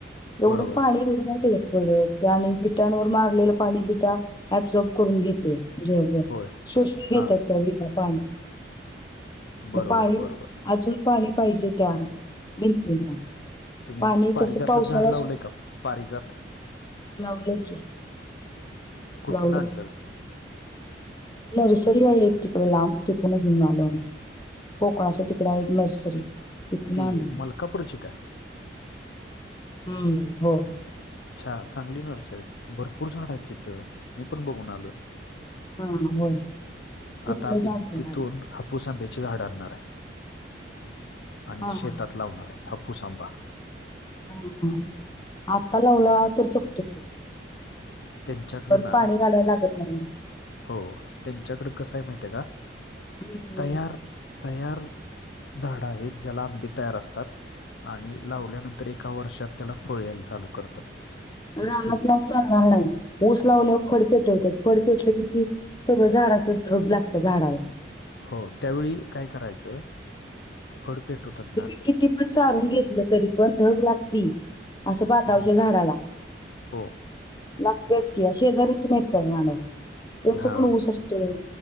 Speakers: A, on the left; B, on the left.
A: एवढं
B: बरोबर
A: पाणी एवढं नाही येत. पडत आणि बिटांवर मारलेलं पाणी बिटा अबझॉर्ब करून घेते. म्हणजे
B: होय
A: शोषून
B: हा
A: घेतात त्या बिटा पाणी. मग
B: बरोबर,
A: पाणी
B: बरोबर.
A: अजून पाणी पाहिजे त्या भिंतींना.
B: तुम्ही
A: पाणी
B: पारिजातच
A: तसं पावसाळा
B: झाड लावलंय का पारिजात?
A: लावलेच हे
B: कुठून
A: लावले.
B: आणलं
A: नर्सरी आहे एक तिकड लांब तिथून घेऊन आलो आम्ही कोकणाच्या तिकड आहे एक नर्सरी. तिथून
B: ती
A: आणलं.
B: मलकापूर ची का?
A: हम्म, हो.
B: छान चांगली नर्सरी भरपूर झाड आहेत तिथं मी पण बघून आलोय.
A: हां हां होय. तिथनंच
B: आता आंब
A: आणली
B: तिथून
A: आम्ही.
B: हापूस आंब्याचे झाड आणणार आहे. आणि
A: हां,
B: शेतात
A: हां.
B: लावणार आहे हाप्पूस आंबा.
A: ह ह आत्ता लावला तर चुकतो.
B: त्यांच्याकड
A: परत
B: ना
A: पाणी घालायला लागत नाही.
B: हो त्यांच्याकड कसय माहिती आहे का
A: हं.
B: तयार तयार झाडं आहेत ज्याला आंबी तयार असतात. आणि लावल्यानंतर एका वर्षात त्याला फळ यायला चालू करतात.
A: रानात
B: इतकं
A: लावून चालणार नाही ऊस लावल्यावर फड पेटवतात फड पेटले कि सगळं झाडाच धग लागतं झाडाला.
B: हो त्यावेळी काय करायचं फड पेटवतात होतात
A: तुम्ही किती पण सारून घेतलं तरी पण धग लागती असं बांधावरच्या
B: हम्म,
A: झाडाला.
B: हो.
A: लागतेच की शेजार्यांची नाहीत कर नानव त्यांचा
B: हा
A: पण ऊस असतोय.